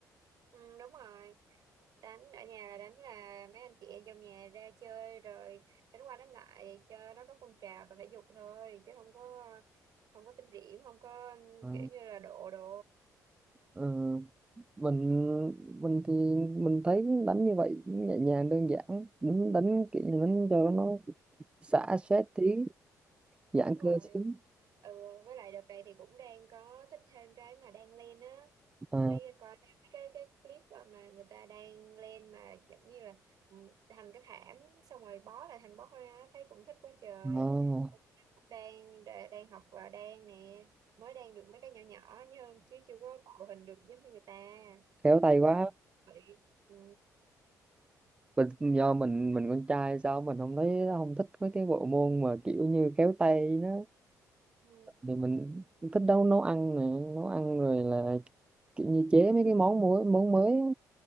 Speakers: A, on the right; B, on the right.
A: ừ, đúng rồi đánh ở nhà là đánh là mấy anh chị em trong nhà ra chơi rồi đánh qua đánh lại cho nó có phong trào và thể dục thôi chứ không có không có tính điểm không có ừ,
B: Ờ,
A: kiểu như là độ đồ
B: ờ, mình mình thì mình thấy đánh như vậy nhẹ nhàng đơn giản đánh, đánh kiểu như đánh cho nó xả stress tí giãn
A: đúng rồi
B: cơ xíu
A: ừ với lại đợt này thì cũng đang có thích thêm cái mà đang lên á
B: ờ
A: mấy cái coi thêm mấy cái cái clip á mà người ta đang lên mà giống như là ừ, thành cái thảm xong rồi bó lại thành bó hoa á, thấy cũng thích quá trời
B: ờ,
A: đang đ- đang học và đang nè mới đang được mấy cái nhỏ nhỏ nhưng chứ chưa có tạo hình được giống như người ta
B: khéo tay
A: nhưng mà
B: quá
A: bị ừ,
B: mình do mình mình con trai sao mình không thấy không thích mấy cái bộ môn mà kiểu như khéo tay nó
A: ừ,
B: thì mình thích nấu nấu ăn nè nấu ăn rồi là kiểu như chế mấy cái món mới món mới á.